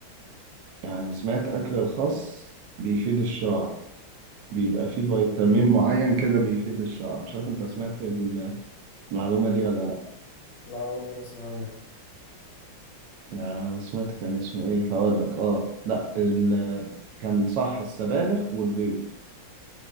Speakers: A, on the right; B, on the left.
A: يعني سمعت اكل الخس بيفيد الشعر بيبقى فيه فيتامين معين كده بيفيد الشعر مش عارف انت سمعت المعلومة دي ولا
B: لا اول مره اسمعها منك
A: أنا سمعت كان اسمه إيه هقول لك آه لأ ال... كان صح السبانخ والبيض